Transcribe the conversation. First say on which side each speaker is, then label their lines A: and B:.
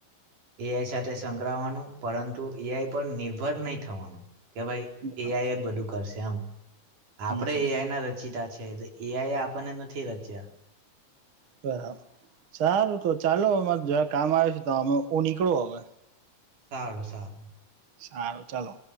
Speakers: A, on the right (about 85°); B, on the right (about 50°).
A: એઆઈ સાથે સંકળવાનું પરંતુ એઆઈ પર નિર્ભર નહીં થવાનું કે ભાઈ
B: હમ
A: એઆઈ એ જ બધું કરશે એમ આપડે
B: હમ
A: એઆઇના રચિતા છે એઆઈ આપણને નથી રચ્યા
B: બરાબર સારું તો ચાલો અવે મારે જરાક કામ આવ્યું છે તો અમે તો હું નીકળું હવે
A: સારું સારું
B: સારું ચાલો